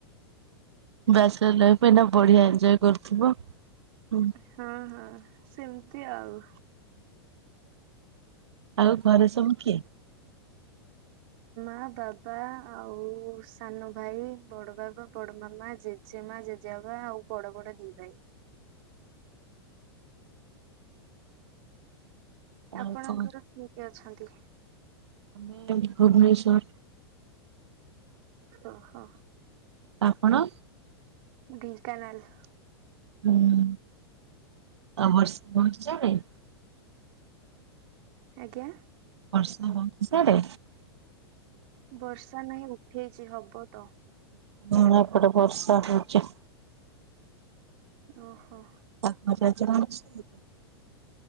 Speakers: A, on the right; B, on the right.
A: ବ୍ୟାଚଲର୍ ଲାଇଫ ଏଇନା ବଢିଆ ଏଞ୍ଜୟ୍ କରୁଥିବ। ହୁଁ
B: ହଁ ହଁ ସେମିତି ଆଉ
A: ଆଉ ଘରେ ସବୁ କିଏ?
B: ମା, ବାବା ଆଉ ସାନ ଭାଇ, ବଡ ବାବା, ବଡ ମାମା, ଜେଜେମା, ଜେଜେବା ବାବା ଆଉ ବଡ ବଡ ଦି ଭାଇ।
A: ଆଉ
B: ଆପଣଙ୍କର
A: କଣ?
B: କିଏ କିଏ ଅଛନ୍ତି?
A: ଆମେ ଭୁବନେସ୍ଵର।
B: ଓ ହୋ।
A: ଆପଣ?
B: ମୁଁ ଢେଙ୍କାନାଳ।
A: ହଁ ଆ ବର୍ଷା ବର୍ଛା ନାଇ?
B: ଆଜ୍ଞା?
A: ବର୍ଷା ହଉଛି ସାଡେ?
B: ବର୍ଷା ନାହିଁ, ଉଠେଇଛି ହବ ତ।
A: ହଁ ଏପଟେ ବର୍ଷା ହଉଛି।
B: ଓହୋ।
A: ତମର ଆଜି କଣ୍ ରୋଷେଇ?